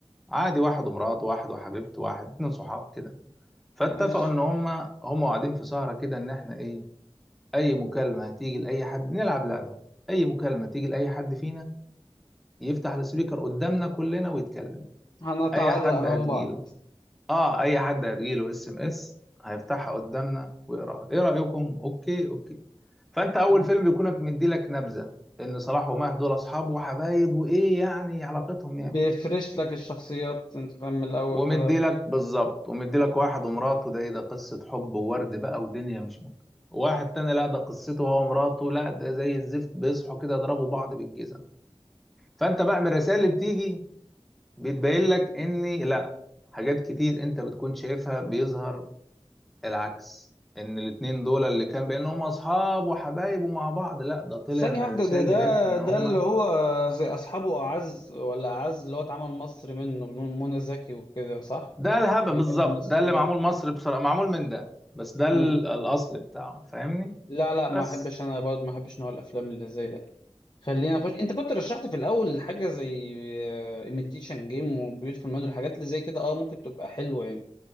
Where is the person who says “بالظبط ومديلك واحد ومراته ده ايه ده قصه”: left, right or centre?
Centre